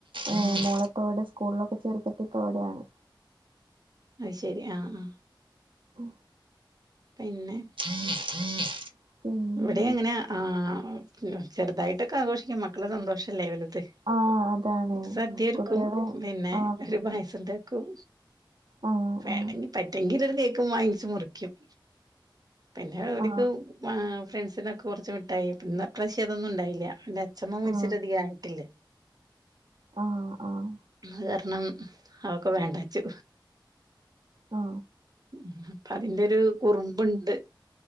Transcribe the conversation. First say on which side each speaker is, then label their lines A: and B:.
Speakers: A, on the right (about 85°); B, on the right (about 50°).
A: ഏഹ് മോളെപ്പോ ഇവ്ടെ സ്കൂളിലൊക്കെ ചേർത്തിട്ട്പ്പവ്ടെയാണ്
B: അയ്ശെരി ആഹ് ആഹ്
A: ഉം
B: പിന്നെ
A: <inaudible> പിന്നെ
B: ഇവിടെങ്ങനെ ആഹ് മ്മ് ചെറുതായ്ട്ടക്കെ ആഘോഷ്ക്കും മക്കളെ സന്തോഷല്ലേ വല്ത്
A: ആ അതാണ്
B: സദ്യൊര്ക്കും
A: കുട്ടികളെ
B: പിന്നെ
A: ആ അവർക്ക്
B: ഒര് പായസണ്ടാക്കും
A: ആ
B: വേണെങ്കി
A: ആ
B: പറ്റ്വങ്കിലൊര് കേക്കും വാങ്ങ്ച്ച് മുറിക്കും പിന്നെ ഓല്ക്ക്
A: ആ
B: മാ ഫ്രണ്ട്സിനക്കെ കൊറച്ച് മിട്ടായ് ന്ന്പ്രാവശ്യതൊന്നുണ്ടായ്ല്ല ച്ച്മ്മ മരിച്ച്ട്ടധികായ്ട്ടില്ലേ
A: ആ ആഹ് ആഹ്
B: അത് കാരണം അതൊക്കെ വേണ്ടാച്ചു
A: ആ ആ
B: മ്മ്ഹ് പ്പതിന്റൊര് കുറുമ്പ്ണ്ട്